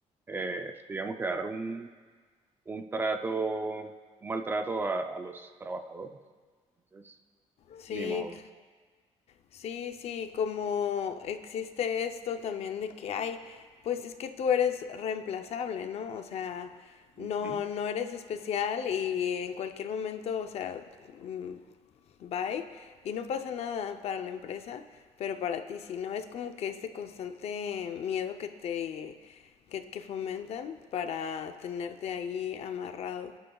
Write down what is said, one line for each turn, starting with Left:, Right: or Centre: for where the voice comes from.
Right: eh, digamos, que dar un, un trato, un maltrato a, a los trabajadores. Entonces,
Left: Sí.
Right: ni modo.
Left: Sí, sí, como existe esto también de que hay, pues es que tú eres reemplazable, ¿no? O sea, no,
Right: Ujú,
Left: no eres especial y en cualquier momento, o sea, mm, bye, y no pasa nada para la empresa, pero para ti sí, ¿no? Es como que este constante miedo que te, que, que fomentan para tenerte ahí amarrado,